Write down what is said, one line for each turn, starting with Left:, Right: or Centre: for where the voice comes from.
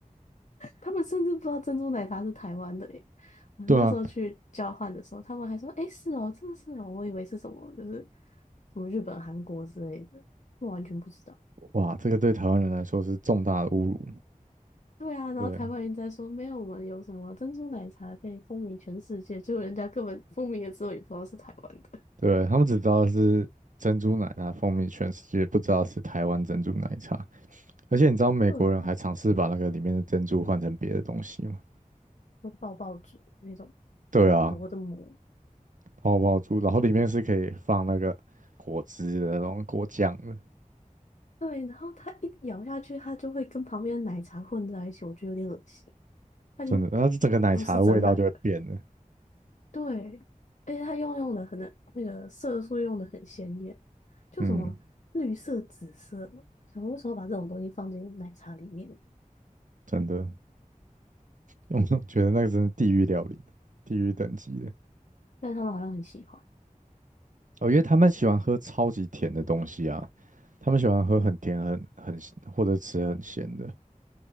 Left: 他们甚至不知道珍珠奶茶是台湾的耶。我那时候去交换的时候，
Right: 对啊，
Left: 他们还说：“诶，是哦，真的是哦，我以为是什么，就是什么日本、韩国之类的，我完全不知道。”
Right: 哇，这个对台湾人来说是重大的侮辱。
Left: 对啊，然后台湾人在说：
Right: 对，
Left: “没有，我们有什么珍珠奶茶可以风靡全世界。”结果人家根本风靡了之后也不知道是台湾的。
Right: 对，他们只知道是珍珠奶茶风靡全世界，不知道是台湾珍珠奶茶。而且你知道美国人还尝试把那个里面的珍珠换成别的东西吗？
Left: 对，有爆爆竹那种很薄的膜，
Right: 对啊，泡泡珠，然后里面是可以放那个果汁的，然后果酱的，
Left: 对，然后它一咬下去，它就会跟旁边的奶茶混在一起，我觉得有点恶心。它已经
Right: 真的，然后整个奶茶的味道就会变了。
Left: 不是真奶了。对，而且它用用的可能那个色素用的很鲜艳，就什么绿色、
Right: 嗯，
Left: 紫色，想说为什么把这种东西放进奶茶里面？
Right: 真的，我觉得那个真是地狱料理，地狱等级的。
Left: 但他们好像很喜欢。
Right: 哦，因为他们喜欢喝超级甜的东西啊，他们喜欢喝很甜、很很或者吃很咸的，